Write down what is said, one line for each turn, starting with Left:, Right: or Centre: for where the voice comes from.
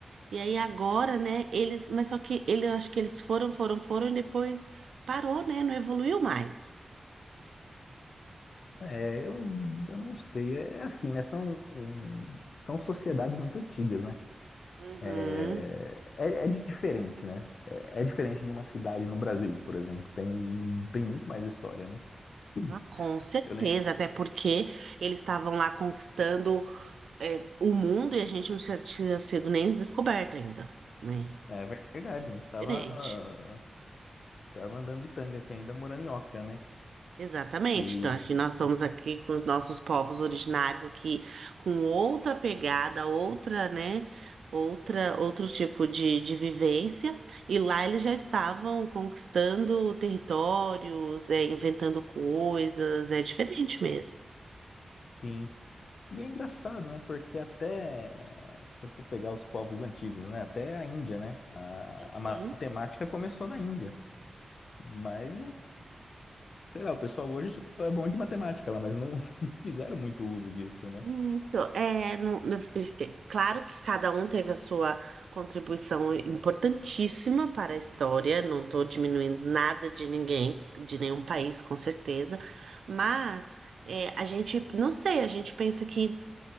Right: e aí agora, né, eles, mas só que ele, eu acho que eles foram, foram, foram e depois parou, né, não evoluiu mais.
Left: É, eu, eu não sei. É é assim, né? São, são sociedades muito antigas, né?
Right: Uhum.
Left: É, é, é diferente, né? É, é diferente
Right: É.
Left: de uma cidade no Brasil, por exemplo. Tem, tem muito mais história, né? Sim.
Right: Ah, com certeza,
Left: Eu lembro.
Right: até porque eles estavam lá conquistando, é, o mundo e a gente não tinha tinha sido nem descoberto ainda, né?
Left: É verdade, a gente
Right: Diferente.
Left: tava, tava andando de tanga aqui ainda, morando em Oca, né?
Right: Exatamente.
Left: E
Right: Então, acho que nós estamos aqui com os nossos povos originários aqui, com outra pegada, outra, né, outra, outro tipo de, de vivência, e lá eles já estavam conquistando territórios, é, inventando coisas, é diferente mesmo.
Left: Sim. E é engraçado, né? Porque até se eu for pegar os povos antigos, né? Até a Índia, né? A,
Right: Uhum.
Left: a matemática começou na Índia. Mas, não- sei lá, o pessoal hoje só é bom de matemática lá, mas não, <laughs> não fizeram muito uso disso, né?
Right: Isso, é, no- no- é, é, claro que cada um teve a sua contribuição importantíssima para a história, não estou diminuindo nada de ninguém, de nenhum país, com certeza, mas é, a gente, não sei, a gente pensa que